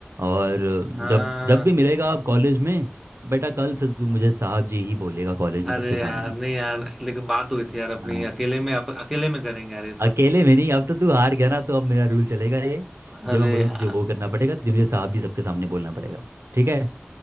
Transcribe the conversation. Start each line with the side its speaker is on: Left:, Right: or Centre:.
Right: और
Centre: हाँ
Right: जब जब भी मिलेगा आप कॉलेज में बेटा कल से तो तू मुझे साहब जी ही बोलेगा कॉलेज में
Centre: अरे
Right: सबके सामने
Centre: यार नहीं यार लेकिन बात हुई थी यार अपनी
Right: हाँ,
Centre: अकेले में अप, अकेले में करेंगे यार ये सब
Right: अकेले में नहीं अब तो तू हार गया ना तो अब मेरा रूल चलेगा ये जब
Centre: अरे
Right: मैं बोलूँ
Centre: यार
Right: तुझे वो करना पड़ेगा तुझे मुझे साहब जी सबके सामने बोलना पड़ेगा ठीक है